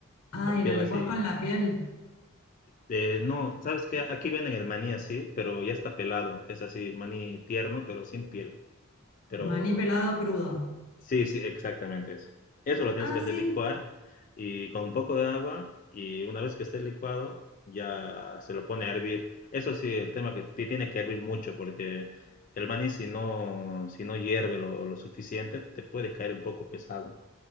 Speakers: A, on the left; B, on the left.
A: Ay,
B: con piel
A: lo licuás
B: así.
A: con la piel.
B: Eh, no, ¿sabes qué? Aquí venden el maní así, pero ya está pelado. Es así, maní tierno, pero sin piel. Pero
A: Maní pelado crudo.
B: sí, sí, exactamente eso. Eso lo tienes
A: Ah,
B: que hacer
A: sí,
B: licuar y con un poco de agua y una vez que esté licuado ya se lo pone a hervir. Eso sí, el tema que ti- tiene que hervir mucho porque el maní si no, si no hierve lo, lo suficiente te puede caer un poco pesado.